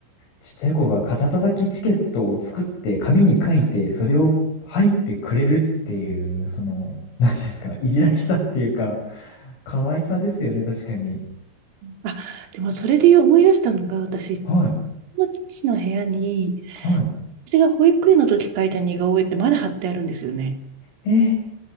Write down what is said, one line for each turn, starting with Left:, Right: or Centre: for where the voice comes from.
Left: ちっちゃい子が肩たたきチケットを作って紙に書いて、それを入ってくれるっていう、その、なんですか、いじらしさっていうか、可愛さですよね、確かに。
Right: あ、でもそれで思い出したのが、私、うちの父の部屋に、
Left: はい、はい。
Right: 私が保育園の時描いた似顔絵ってまだ貼ってあるんですよね。
Left: え、